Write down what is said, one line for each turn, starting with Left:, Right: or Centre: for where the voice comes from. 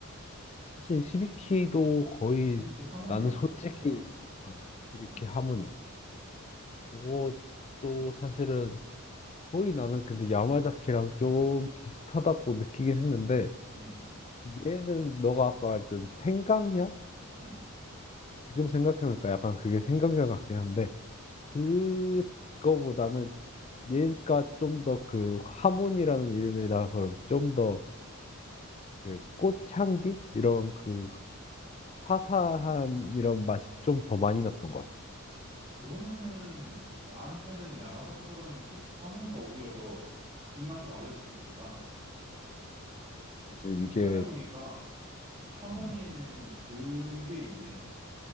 Left: 사실 시비키도 거의
Right: 히비키 하몬이라고
Left: 나는 솔직히
Right: 있었지 아까?
Left: 어, 1키
Right: 어,
Left: 하모니 이것도 사실은 거의 나는 근데 야마자키랑 좀 비슷하다고 느끼긴 했는데
Right: 음,
Left: 얘는 너가 아까 말했던 생강향?
Right: 음,
Left: 지금 생각해보니까 약간 그게 생강향 같긴 한데 그거보다는 얘가 좀 더 그 하모니라는 이름이라서 좀더 그 꽃향기 이런 그
Right: 음.
Left: 화사한 이런 맛이 좀 더 많이 났던 것 같아.
Right: 그러면은 나한테는 야마자키보다는 히, 하모니가 오히려 더 입맛에 맞을 수도 있겠다.
Left: 이제
Right: 지금
Left: 이게
Right: 찾아보니까 하모니에는
Left: 음,
Right: 그게 있네.